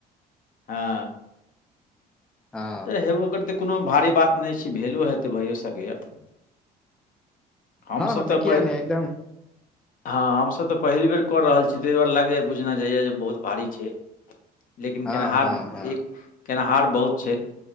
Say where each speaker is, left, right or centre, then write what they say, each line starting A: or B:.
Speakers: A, on the left (about 50°); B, in the centre.
A: हँ
B: हँ
A: तऽ हेबो करतै तऽ कोनो भारी बात नहि छै, भेलो हेतै भैयओ सकैए हम
B: हँ
A: सभ
B: हँ
A: तऽ
B: किया
A: पइ-
B: नहि एकदम
A: हँ हम सभ तऽ पहिल बेर कऽ रहल छी तै दुआरे लागैए बुझना जाइए जे बहुत भारी छै! लेकिन
B: हँ
A: केनहार,
B: हँ हँ
A: एक केनिहार बहुत छै,